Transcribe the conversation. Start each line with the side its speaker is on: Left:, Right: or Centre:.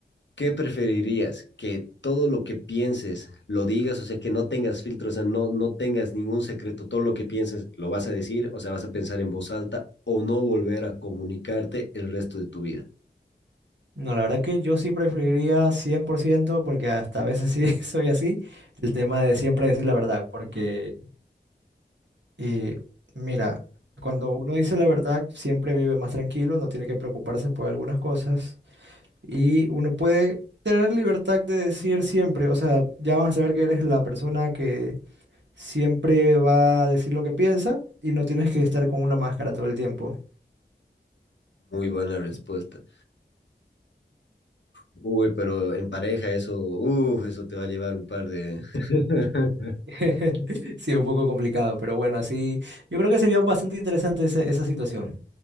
Left: ¿Qué preferirías? ¿Que todo lo que pienses lo digas? O sea, que no tengas filtro, o sea, no, no tengas ningún secreto. Todo lo que pienses lo vas a decir, o sea, vas a pensar en voz alta o no volver a comunicarte el resto de tu vida.
Right: No, la verdad que yo sí preferiría 100% porque hasta a veces sí <laughs> soy así, el tema de siempre decir la verdad, porque eh, mira, cuando uno dice la verdad siempre vive más tranquilo, no tiene que preocuparse por algunas cosas y uno puede tener libertad de decir siempre, o sea, ya van a saber que eres la persona que siempre va a decir lo que piensa y no tienes que estar con una máscara todo el tiempo.
Left: Muy buena respuesta. Uy, pero en pareja eso, uff, eso te va a llevar un par de... <laughs>
Right: <laughs> Sí, es un poco complicado, pero bueno, así yo creo que sería bastante interesante ese- esa situación.